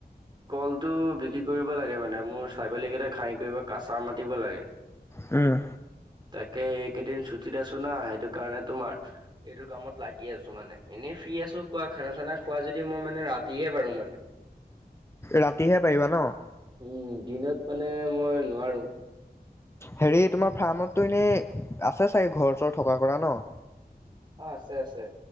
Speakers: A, on the right; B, on the left.
A: কলটো বিক্ৰী কৰিব মাতিব লাগে, মানে মোৰ ছাগলী কেইটা খাঁহি কৰিব কাচা মাতিব লাগে।
B: উম।
A: তাকে, এইকেইদিন ছুটিত আছো না। সেইটো কাৰণে তোমাৰ এইটো কামত লাগি আছো। মানে, এনেই ফ্ৰী আছোঁ। কোৱা, খানা- চানা খোৱা যদি মই মানে ৰাতিহে পাৰু মানে <inaudible>
B: ৰাতিহে পাৰিবা ন'?
A: উম, দিনত মানে মই নোৱাৰোঁ।
B: হেৰি, তোমাৰ ফাৰ্মতটো এনেই আছে চাগৈ ঘৰ- চৰ থকা-কৰা ন'?
A: অঁ আছে, আছে।